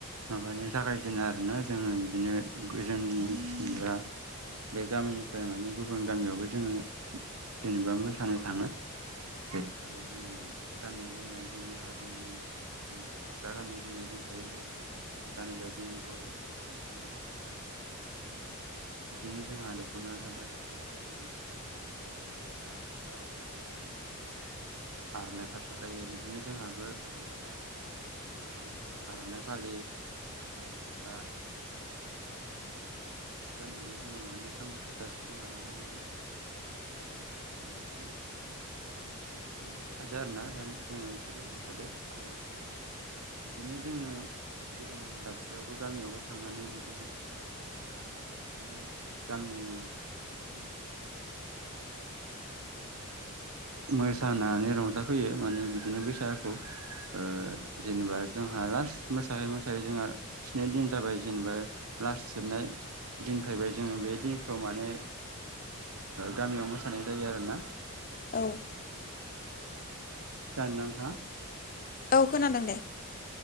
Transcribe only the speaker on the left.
<inaudible>
औ
औ खोनादों दे।